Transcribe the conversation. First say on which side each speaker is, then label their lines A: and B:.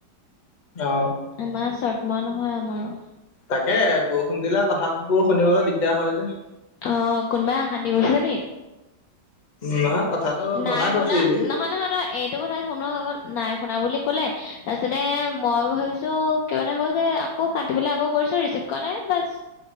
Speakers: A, on the left; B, on the left.
A: অ
B: আমাৰ চদমা নহয় আমাৰো
A: তাকে বৰষুণ দিলে কথাবোৰ শুনিবলৈ দিগদাৰ হয় যে
B: আহ কোনোবাই শান্তদি কৰিছে নি
A: উম কথাটো
B: নাই
A: জনাই থৈছো
B: শুনা নহয় নহয় নহয় এইটো কথা শুনো আক নাইু শুনা বুলি ক'লে তাৰপিছতে মই ভাবিছো ক মে হল যে আকৌ কাটি পেলাই আকৌ কৰিছ চিপ কৰাে বছ